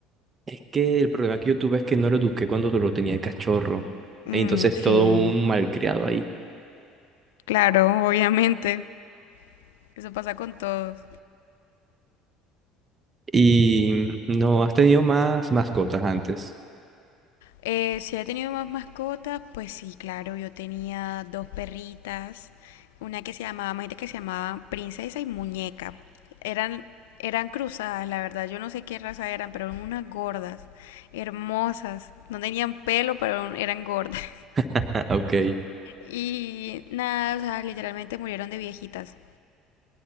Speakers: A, on the right; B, on the left.
A: Es que el problema que yo tuve es que no lo eduqué cuando lo tenía de cachorro,
B: Mm,
A: y entonces
B: sí,
A: todo un malcriado ahí.
B: claro, obviamente. Eso pasa con todos.
A: Y no, has tenido más mascotas antes.
B: Eh, si he tenido más mascotas, pues sí, claro, yo tenía dos perritas, una que se llamaba, imagínate que se llamaba Princesa y Muñeca. Eran, eran cruzadas, la verdad, yo no sé qué raza eran, pero eran unas gordas, hermosas, no tenían pelo, pero eran gordas. <laughs>
A: Ah, ok.
B: Y nada, o sea, literalmente murieron de viejitas.